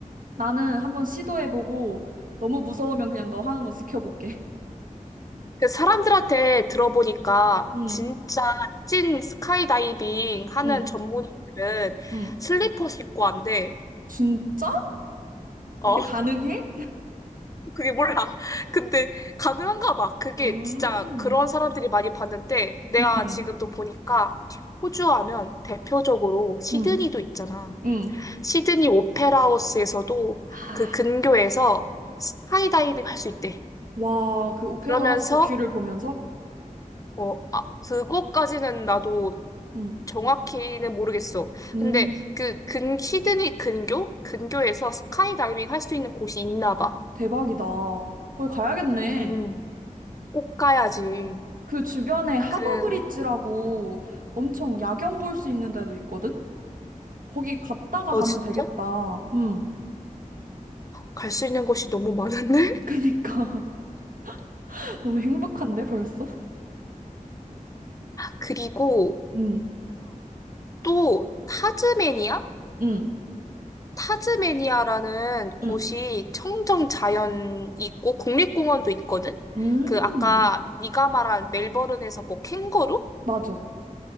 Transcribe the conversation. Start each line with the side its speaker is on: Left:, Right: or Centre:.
Right: 나는 한번 시도해보고, 너무 무서우면 그냥 너 하는 거 지켜볼게.
Left: 근데 사람들한테 들어보니까
Right: 음,
Left: 진짜 찐 스카이다이빙 하는
Right: 음,
Left: 전문인들은
Right: 음.
Left: 슬리퍼 신고 한대.
Right: 진짜? 그게
Left: 어,
Right: 가능해?
Left: <laughs> 그게 몰라. 근데 가능한가 봐. 그게
Right: 음,
Left: 진짜 그런 사람들이 많이 봤는데 내가
Right: 음,
Left: 지금 또 보니까 호주 하면 대표적으로 시드니도
Right: 음,
Left: 있잖아.
Right: 음.
Left: 시드니 오페라 하우스에서도
Right: 하,
Left: 그 근교에서 스카이다이빙 할 수 있대.
Right: 와, 그 오페라
Left: 그러면서
Right: 하우스 뷰를 보면서?
Left: 어, 아, 그거까지는 나도
Right: 음,
Left: 정확히는 모르겠어.
Right: 음,
Left: 근데 그 근, 시드니 근교? 근교에서 스카이다이빙 할 수 있는 곳이 있나 봐.
Right: 대박이다. 거기 가야겠네.
Left: 음, 꼭 가야지.
Right: 그 주변에 하버
Left: 그래.
Right: 브릿지라고 엄청 야경 볼 수 있는 데도 있거든? 거기 갔다가
Left: 어,
Right: 가면
Left: 진짜?
Right: 되겠다. 음,
Left: 갈 수 있는 곳이 너무 많은데?
Right: 그니까. <laughs> 너무 행복한데,
Left: <laughs>
Right: 벌써?
Left: 그리고
Right: 음,
Left: 또 타즈메니아?
Right: 음,
Left: 타즈메니아라는 곳이
Right: 음,
Left: 청정 자연 있고 국립공원도 있거든?
Right: 음.
Left: 그 아까 네가 말한 멜버른에서 뭐 캥거루?
Right: 맞아.